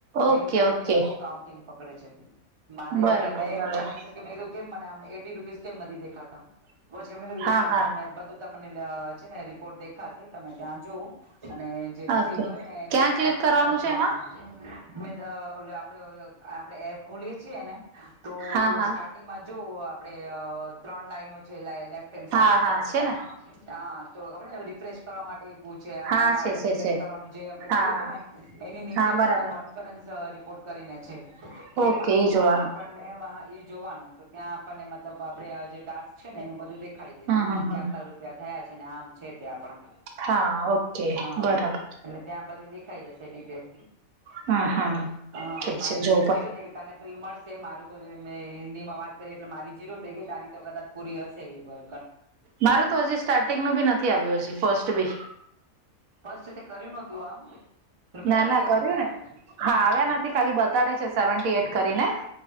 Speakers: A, on the right; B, on the right.
A: ઓકે
B: એમ કરીને
A: ઓકે
B: એ લોકો કાઉન્ટિંગ પકડે છે મારે
A: બરાબર
B: પછી મેં એમને
A: બરાબર
B: મેસેજ કીધું કેમ મને આમ એટી રૂપીસ કેમ નથી દેખાતામ નથીતા
A: હા હા
B: તનેધ તમને છે ને રિપોર્ટ દેખાશે તમે ત્યાં જવું અને જે રિસીવ
A: ઓકે
B: કરે ને એને
A: ક્યાં ક્લિક
B: આઠ
A: કરવાનું
B: રૂપિયા
A: છે એમાં
B: મે આપડ આપડણે એપ ખોલીએ છીએ ને તો
A: હા હા
B: સ્ટાર્ટિંગમાં જો આપડે ત્રણ લાઈનો છે લેફ્ટ હેન્ડ સાઈડ
A: હા
B: ઉપર
A: હા છે ને
B: હા તો આપ રિફ્રેશ કરવા માટે
A: હા
B: માં એમાં
A: છે
B: આપ
A: છે
B: ફ્રેશ
A: છે
B: કરવાનું જે આપે કર્યું
A: હા
B: હતું ને એની નીચે
A: હા
B: જ
A: બરાબર
B: છે ને કોન્ફરન્સ રિપોર્ટ કરીને છે
A: ઓકે
B: એમાં
A: એ જોવાનું
B: આપણને એ જોવાનું તો ત્યાં આપણને મતલબ આપડે જે ટાસ્ક છે ને એનું બધું દેખાડી દે
A: હમ હમ હમ
B: કે આટલા રૂપિયા થયા છે ને આમ છે તે આપણા
A: હા ઓકે
B: હા
A: બરાબર
B: એટલે ત્યાં બધું દેખાઈ જશે ડિટેલ
A: હમ હા
B: હા
A: ઠીક
B: મારી
A: છે જો
B: તો એક જીરો થ તને તો ઇર મારું તો મેં હિન્દીમાં વાત કરી એટલે મારી જીરો થઈ ગઈ તારી તો કદાચ પૂરી હશે એ વા
A: મારું તો હજી સ્ટાર્ટિંગનુંું બી નથી આવ્યું હજી ફસ્ટ બી
B: ફસ્ટી તે કર્યું નતું આમ રૂપિયા
A: ના
B: નથી
A: ના
B: આવ્યા
A: કર્યું ને
B: તને
A: હા આવ્યા નથી ખાલી બતાડે છે સેવન્ટી એટ કરીને